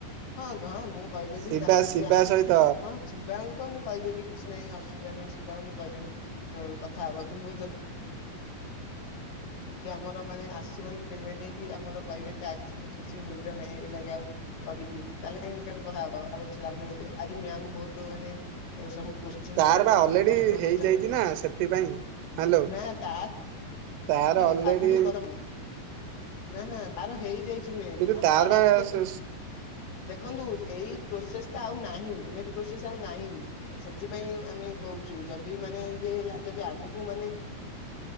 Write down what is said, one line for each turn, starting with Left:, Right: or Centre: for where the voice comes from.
Left: ହଁ, ହଁ ମୁଁ କହିଦେବି।
Right: ଶିବା
Left: ତାର ଯଦି
Right: ଶିବା
Left: ଆଁ,
Right: ସହିତ
Left: ହଁ। ଶିବାଙ୍କୁ ତ ମୁଁ କହିଦେବି କିଛି ନାହିଁ, ଅସୁବିଧା ନାହିଁ। ଶିବାଙ୍କୁ ମୁଁ କହିଦେମି କଥା ହବ। କିନୁ ଯଦ୍ ଦି ଆମର ମାନେ ଆସିବନି ପେମେଣ୍ଟ ହେଇକି, ଆମର କହିବେ ଟାକ୍ସ କିଛି ସି ମୂଲ୍ୟ ନାହିଁ, ଏଇ ଲାଗେ ଆଉ କରିକି। ତା'ହେଲେ କାଇଁ ବେକାର କଥାହବ। ଆଉ କିଛି ଲାଭ୍ ନାହିଁ। ଆଜି ମ୍ୟାମ୍ ଙ୍କୁ ବହୁତ ମାନେ ସବୁ କୋଶ୍ ସ୍ଚିନି
Right: ତାର
Left: କରିଛନ୍ତି।
Right: ବା ଅଲରେଡି
Left: ପ୍ରଶ୍ନ
Right: ହେଇଯାଇଛି
Left: ପଚାରଛନ୍ତି।
Right: ନା ସେଥିପାଇଁ ହ୍ୟାଲୋ।
Left: ନା, ଟାକ୍ <inaudible>
Right: ତାର ଅଲରେଡି
Left: ନା, ନା, ତାର ହେଇଯାଇଛି ନୁହେଁ।
Right: କିନ୍ତୁ
Left: ଆମେ
Right: ତାର
Left: ଟାସ୍କେ
Right: ବା ସେ
Left: ଦେଖନ୍ତୁ, ଏଇ ପ୍ରୋସେସ୍ ଟା ଆଉ ନାହିଁ। ପେମେଣ୍ଟ ପ୍ରୋସେସ୍ ଆଉ ନାହିଁ। ସେଥିପାଇଁ ଆମେ କହୁଛୁ, ଯଦି ମାନେ ଇଏ ହେଲା। ଯଦି ଆଗକୁ ମାନେ